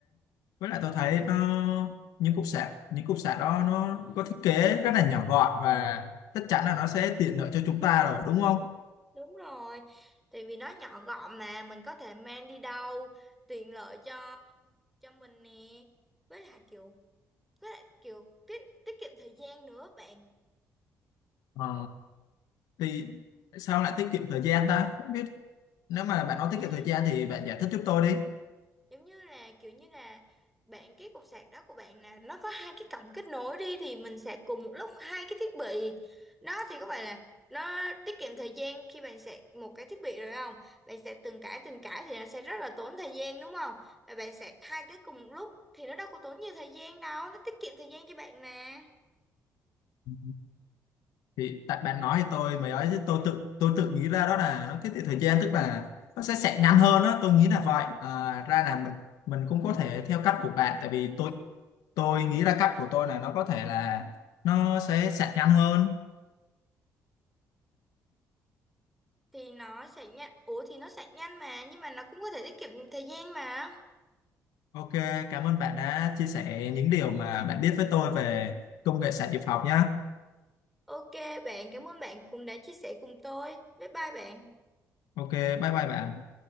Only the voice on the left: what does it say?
với lại tôi thấy nó những cục sạc những cục sạc đó nó có thiết kế rất là nhỏ gọn và chắc chắn là nó sẽ tiện lợi cho chúng ta rồi đúng không?
Ờ, thì sao lại tiết kiệm thời gian ta? Không biết nếu mà
bạn
nói tiết kiệm
thời gian thì bạn giải thích giúp tôi đi.
Ừ. thì tại bạn nói thì tôi mới nói chứ tôi tự tôi tự nghĩ ra đó là nó tiết kiệm thời gian tức là nó sẽ sẽ ngắn hơn đó tôi nghĩ là vậy à, ra là mình mình cũng có thể theo cách của bạn tại vì tôi tôi nghĩ ra cách của tôi là nó có thể là nó sẽ sạch nhanh hơn
ok cảm ơn bạn đã chia sẻ những điều mà bạn biết với tôi về công nghệ sạc dự phòng nhá
ok bye bye bạn